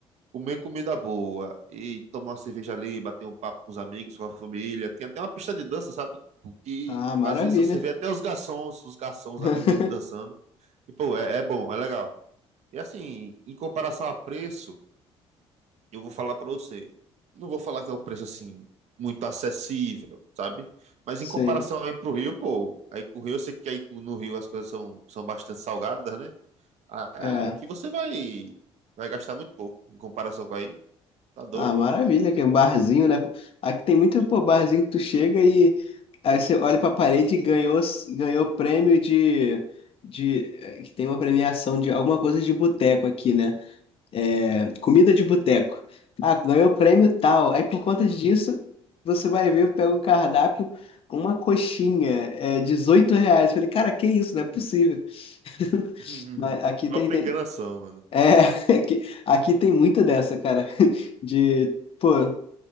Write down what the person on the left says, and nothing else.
Ah, maravilha.
<laughs>
Sim.
É.
Ah, maravilha, que é um barzinho, né? Aqui tem muito, pô, barzinho que tu chega e aí você olha pra parede e ganhou, ganhou prêmio de, de. eh, Que tem uma premiação de alguma coisa de boteco aqui, né? É, Comida de boteco. Ah, ganhou o prêmio tal. Aí por conta disso, você vai ver, pega o cardápio, uma coxinha, é 18 reais. Falei, cara, que isso? Não é possível. <laughs>
Mas aqui
tem, tem-
é, <laughs> aqui, aqui tem muita dessa, cara. <laughs> De, pô,